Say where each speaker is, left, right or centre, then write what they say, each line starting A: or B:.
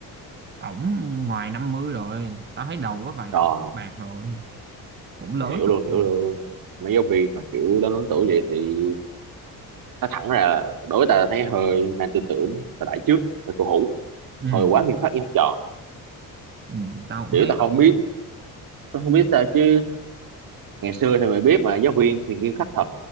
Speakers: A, on the right; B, on the right.
A: ổng ngoài 50 rồi tao thấy đầu có vài
B: rồi
A: cọng bạc rồi cũng lớn
B: hiểu
A: rồi
B: luôn hiểu luôn mấy giáo viên mà kiểu lớn lớn tuổi vậy thì nó thẳng ra là đối với ta là thấy hơi mang tư tưởng thời đại trước là cổ hủ
A: ừ,
B: hồi quá nghiêm khắc với học trò
A: ừ tao cũng
B: kiểu
A: thấy
B: tao
A: vậy
B: không
A: á
B: biết
A: mày
B: tao không biết sao chứ ngày xưa thì mày biết mà giáo viên thì nghiêm khắc thật